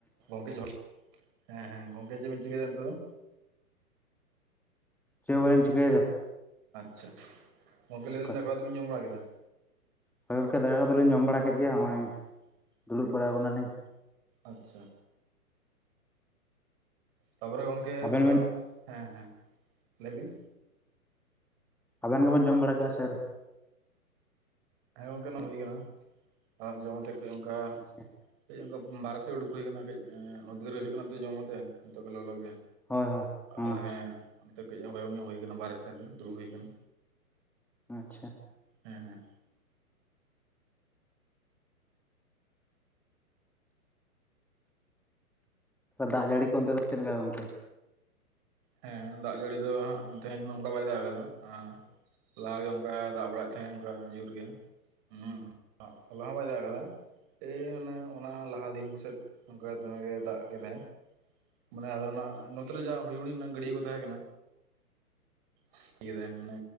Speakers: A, on the right; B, in the centre.
A: ᱜᱚᱝᱠᱮ ᱡᱚᱦᱟᱨ ᱦᱮᱸ ᱦᱮᱸ ᱜᱚᱝᱠᱮ ᱡᱮᱫ ᱵᱤᱱ ᱪᱤᱠᱟᱹ ᱭᱮᱫᱟ ᱱᱤᱛᱚᱜ ᱫᱚ
B: ᱡᱮᱫ ᱦᱚᱸ ᱵᱟᱞᱮᱧ ᱪᱤᱠᱟᱹᱭᱮᱫᱟ
A: ᱟᱪᱪᱷᱟ ᱜᱚᱝᱠᱮ
B: ᱱᱚᱝᱠᱟ
A: ᱞᱟᱹᱭ ᱵᱤᱱ ᱫᱟᱠᱟ ᱩᱛᱩ ᱵᱤᱱ ᱡᱚᱢ ᱵᱟᱲᱟ ᱠᱮᱫᱟ
B: ᱦᱳᱭ ᱜᱚᱢᱠᱮ ᱫᱟᱠᱟ ᱠᱚᱫᱚ ᱞᱤᱧ ᱡᱚᱢ ᱵᱟᱲᱟ ᱠᱮᱫ ᱜᱮᱭᱟ ᱱᱚᱜᱼᱚᱭ ᱫᱩᱲᱩᱵ ᱵᱟᱲᱟ ᱟᱠᱟᱱᱟᱞᱤᱧ᱾
A: ᱟᱪᱪᱷᱟ ᱛᱟᱯᱚᱨᱮ ᱜᱚᱝᱠᱮ
B: ᱟᱵᱮᱱ
A: ᱟᱫᱚ
B: ᱵᱮᱱ
A: ᱦᱮᱸ ᱦᱮᱸ ᱞᱟᱹᱭ ᱵᱤᱱ
B: ᱟᱵᱮᱱ ᱜᱮᱵᱮᱱ ᱡᱚᱢ ᱵᱟᱲᱟ ᱠᱮᱜᱼᱟ ᱪᱮ ᱟᱹᱣᱨᱤ
A: ᱦᱮᱸ ᱜᱚᱝᱠᱮ ᱚᱱᱟ ᱦᱩᱭ ᱟᱠᱟᱱᱟ ᱟᱨ ᱡᱚᱢ ᱠᱟᱛᱮ ᱠᱟᱹᱡ ᱚᱱᱠᱟ
B: ᱟᱪᱪᱷᱟ
A: ᱠᱟᱹᱡ ᱚᱱᱠᱟ ᱵᱟᱦᱨᱮ ᱥᱮᱫ ᱩᱰᱩᱠ ᱦᱩᱭ ᱟᱠᱟᱱᱟ ᱠᱟᱹᱡ ᱩᱫᱽᱜᱟᱹᱨ ᱦᱩᱭᱩᱜ ᱠᱟᱱᱟ ᱛᱚ ᱡᱚᱢ ᱠᱟᱛᱮ ᱱᱤᱛᱚᱜ ᱜᱮ ᱞᱚᱞᱚ ᱜᱮ
B: ᱦᱳᱭ ᱦᱳᱭ ᱦᱚᱸ
A: ᱟᱫᱚ ᱦᱮᱸ ᱚᱱᱛᱮ ᱠᱟᱹᱡ ᱦᱚᱭᱚᱝ ᱧᱚᱜ ᱦᱩᱭ ᱟᱠᱟᱱᱟ ᱵᱟᱦᱨᱮ ᱥᱮᱱ ᱨᱮ ᱫᱩᱲᱩᱵ ᱦᱩᱭ ᱟᱠᱟᱱᱟ᱾
B: ᱟᱪᱪᱷᱟ
A: ᱦᱮᱸ ᱦᱮᱸ
B: ᱫᱟᱜ ᱡᱟᱹᱲᱤ ᱠᱚ ᱚᱱᱛᱮ ᱫᱚ ᱪᱮᱫ ᱞᱮᱠᱟ ᱜᱚᱝᱠᱮ
A: ᱦᱮᱸ ᱫᱟᱜ ᱡᱟᱹᱲᱤ ᱫᱚ ᱦᱟᱸᱜ ᱛᱮᱦᱮᱧ ᱢᱟ ᱚᱱᱠᱟ ᱵᱟᱭ ᱫᱟᱜ ᱟᱠᱟᱫᱟ ᱟᱸ ᱞᱟᱦᱟᱜᱮ ᱚᱱᱠᱟ ᱫᱟᱜ ᱵᱟᱲᱟᱭᱮᱫ ᱛᱟᱦᱮᱸᱫ ᱚᱱᱠᱟ ᱡᱳᱨᱜᱮ ᱦᱩᱸ ᱦᱚᱞᱟ ᱦᱚᱸ ᱵᱟᱭ ᱫᱟᱜ ᱟᱠᱟᱫᱟ ᱮᱭ ᱢᱟᱱᱮ ᱚᱱᱟ ᱞᱟᱦᱟ ᱫᱤᱱ ᱠᱚᱥᱮᱫ ᱚᱱᱠᱟ ᱫᱚᱢᱮ ᱜᱮᱭ ᱫᱟᱜ ᱠᱮᱫᱟᱭ ᱢᱟᱱᱮ ᱟᱫᱚ ᱚᱱᱟ ᱱᱚᱛᱮ ᱨᱮ ᱡᱟᱦᱟᱸ ᱦᱩᱲᱤᱧ ᱦᱩᱲᱤᱧ ᱨᱮᱱᱟᱜ ᱜᱟᱹᱰᱭᱟᱹ ᱠᱚ ᱛᱟᱦᱮᱸ ᱠᱟᱱᱟ <inaudible> ᱢᱟᱱᱮ